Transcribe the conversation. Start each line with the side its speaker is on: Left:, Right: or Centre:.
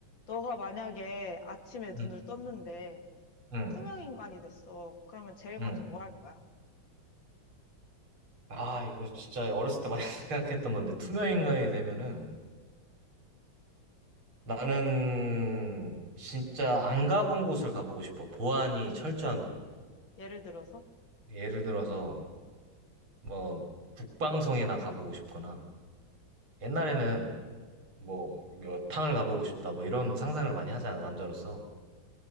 Left: 너가 만약에 아침에
Right: 음,
Left: 눈을 떴는데
Right: 음,
Left: 투명인간이 됐어. 그러면 제일 먼저
Right: 음.
Left: 뭐 할 거야?
Right: 아, 이거 진짜 어렸을 때 많이 <laughs> 생각했던 건데, 투명인간이 되면은 나는 진짜 안 가본 곳을 가보고 싶어. 보안이 철저한 곳.
Left: 예를 들어서?
Right: 예를 들어서 뭐 북방성이나 가보고 싶거나 옛날에는 뭐 여탕을 가보고 싶다 뭐 이런 상상을 많이 하잖아, 남자로서.